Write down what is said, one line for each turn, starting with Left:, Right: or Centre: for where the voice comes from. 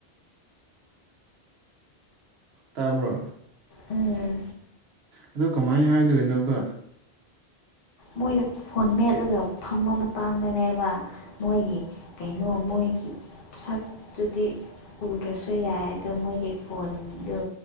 Right: ꯇꯥꯕ꯭ꯔꫭ
Left: ꯎꯝ
Right: ꯑꯗꯨ ꯀꯃꯥꯏꯅ ꯍꯥꯏꯗꯣꯏꯅꯣꯕ
Left: ꯃꯣꯏ ꯐꯣꯟ ꯃꯦꯠꯂꯒ ꯐꯝꯕ ꯃꯇꯥꯡꯗꯅꯦꯕ ꯃꯣꯏꯒꯤ ꯀꯩꯅꯣ ꯃꯣꯏ
Right: <unintelligible>
Left: ꯁꯛꯇꯨꯗꯤ ꯎꯗ꯭ꯔꯁꯨ ꯌꯥꯏ ꯑꯗꯣ ꯃꯣꯏꯒꯤ ꯐꯣꯟꯗꯨ